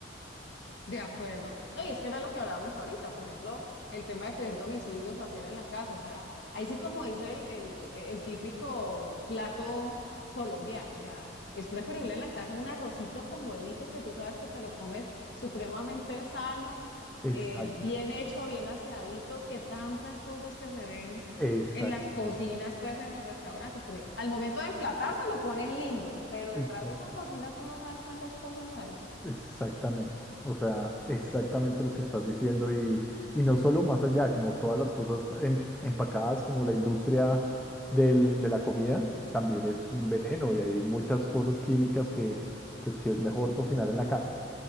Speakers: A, on the left (about 70°); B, in the centre.
A: De acuerdo. No, y es que era lo que hablábamos ahorita, por ejemplo, el tema de pedir domicilios o hacer en la casa, o sea, ahí sí como dice el, el- el típico plato colombiano, o sea, es preferible en la casa un arrocito con huevito que tú sabes que te lo comes supremamente sano,
B: Exacto,
A: eh, bien hecho, bien aseadito, que tantas cosas que se ven
B: exactamente,
A: en las cocinas, pues en los restaurantes, porque al momento de emplatar te lo ponen lindo, pero detrás
B: exact-
A: de esa cocina tú no sabes cuántas cosas hay, sí.
B: exactamente. O sea, exactamente lo que estás diciendo y, y no solo más allá, como todas las cosas en- empacadas, como la industria del- de la comida, también es un veneno y hay muchas cosas químicas que, pues, que es mejor cocinar en la casa.